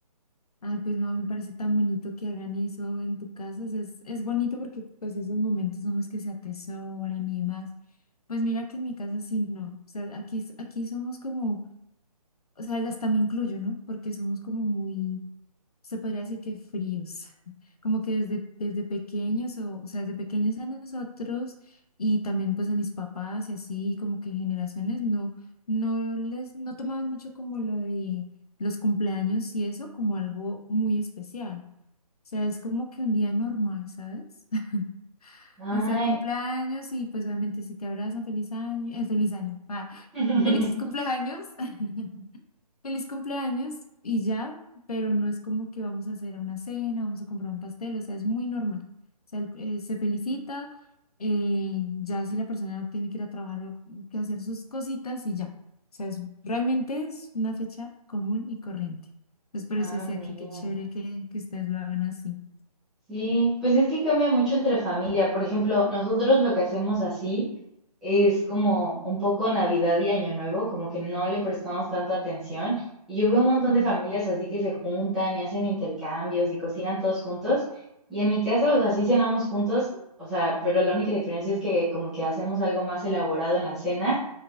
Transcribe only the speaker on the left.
Ay, pues no, me parece tan bonito que hagan eso en tu casa. o sea, es, es bonito porque pues esos momentos son los que se atesoran y demás. Pues mira que en mi casa sí no. O sea, aquí, aquí somos como, o sea, hasta me incluyo, ¿no? Porque somos como muy se podría decir que fríos, <laughs> como que desde, desde pequeños, o, o sea, desde pequeños a nosotros y también pues a mis papás y así, como que generaciones no, no les, no tomaban mucho como lo de los cumpleaños y eso como algo muy especial. O sea, es como que un día normal, ¿sabes? <laughs>
O sea, cumpleaños y pues obviamente si te abrazan, feliz año, eh, feliz año, ah,
feliz cumpleaños. <laughs> feliz cumpleaños y ya, pero no es como que vamos a hacer una cena, vamos a comprar un pastel, o sea, es muy normal. O sea, el- eh, se felicita, eh, ya si la persona tiene que ir a trabajar o que hacer sus cositas y ya. O sea, es, realmente es una fecha común y corriente. Entonces, por
eso decía
que qué chévere que, que ustedes lo hagan así.
Ah,